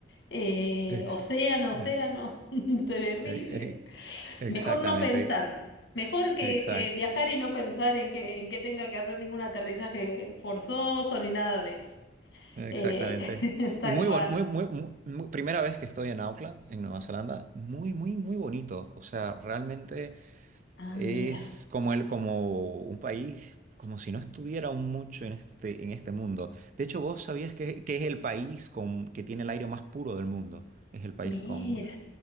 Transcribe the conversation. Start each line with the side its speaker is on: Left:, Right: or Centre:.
Left: eh,
Right: ex-
Left: océano,
Right: eh,
Left: océano. <laughs> Terrible.
Right: eh, eh,
Left: Mejor
Right: exactamente,
Left: no pensar. Mejor que,
Right: exact-
Left: que viajar y no pensar en que, en que tenga que hacer ningún aterrizaje forzoso ni nada de eso.
Right: Exactamente.
Left: Eh, <laughs> tal
Right: Y muy
Left: cual.
Right: bueno, muy, muy, muy- muy- primera vez que estoy en Auckland, en Nueva Zelanda, muy, muy, muy bonito. O sea, realmente
Left: Ah,
Right: es
Left: mira,
Right: como el, como un país, como si no estuviera mucho en este, en este mundo. De hecho, vos sabías que, que es el país con, que tiene el aire más puro del mundo. Es el país
Left: mira.
Right: con,